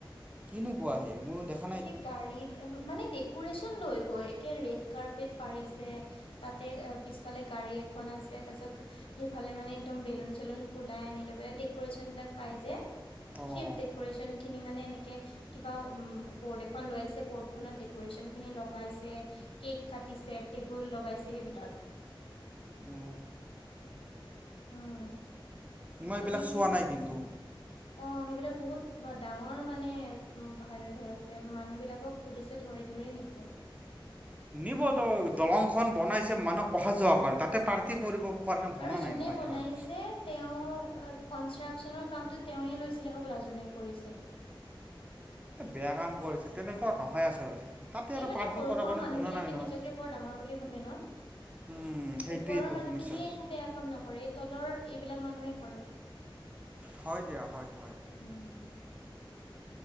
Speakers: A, on the right (about 15°); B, on the left (about 85°).
A: কিনো কোৱাহে মই দেখ-
B: একে গাড়ীত মানে ডেকোৰেচন লৈ গৈ একে ৰেড কাৰ্পেট পাৰিছে - তাতে অ পিছফালে গাড়ী এখন আছে তাৰ পিছত- সেইফালে মানে একদম বেলুন চেলন ফুলাই আনিলৈ পেলাই দেড- কুৰেশ্যন বিলাক পাই যে,
A: অ',
B: সেই ডেকুৰেশ্যন খিনি মানে এনেকে কিবা খন লৈ আহিছে বৰ্ডখনত ডেকুৰেশ্যন খিনি লগাইছে কেক কাটিছে টেবুল লগাই- ছে সেইবিলাক।
A: অ।
B: উম।
A: মই
B: মানে
A: এইবিলাক
B: সেইবিলাক
A: চোৱা নাই কিন্তু।
B: অ সেইবিলাক বহুত ডাঙৰ মানে ভাইৰেল হৈ আছে মানুহ বিলাকক - পুলিচে ধৰি ধৰি নিছে।
A: নিব টো দলংখন বনাইছে মানুহক অহা যোৱা কৰণে তাতে পাৰ্টি কৰিব কৰণে বনোৱা
B: আৰু যোনে
A: নাই নহয়
B: বনাইছে
A: এইখন।
B: তেওঁ কনষ্ট্ৰাকচনৰ কামতো তেওঁয়ে লৈছিলে হ'বলা যোনে কৰিছে
A: বেয়া কাম কৰিছে তেনেকুৱা নহয় আচলতে। তাতে আৰু
B: এই মানে
A: পাৰ্টি
B: সৰু
A: কৰাৰ
B: সৰু
A: কাৰণে
B: মানুহ
A: বনোৱা
B: বিলাকে
A: নাই নহয়
B: নিজকে বৰ ডাঙৰ বুলি ভাবে ন।
A: উম সেইটোৱে
B: ওপৰৰ
A: টো
B: মানুহখিনিয়ে
A: সমস্যা।
B: একো বেয়া কাম নকৰে, এই তলৰ এইবিলাক মানুহে কৰে।
A: হয় দিয়া হয় হয়।
B: উম।